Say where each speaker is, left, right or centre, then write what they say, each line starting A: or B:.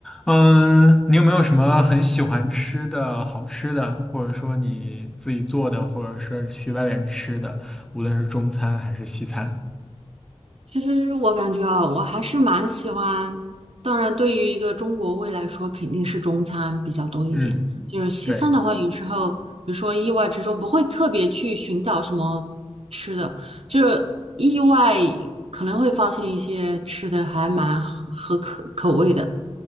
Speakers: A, in the centre; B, on the right.
A: 嗯，你有没有什么很喜欢吃的好吃的，或者说你自己做的，或者是去外面吃的，无论是中餐还是西餐？
B: 其实我感觉啊，我还是蛮喜欢。当然，对于一个中国胃来说，肯定是中餐比较多一点。
A: 嗯，
B: 就是西餐的话，
A: 对，
B: 有时候，比如说意外之中，不会特别去寻找什么吃的，就是意外可能会发现一些吃的还蛮合口口味的。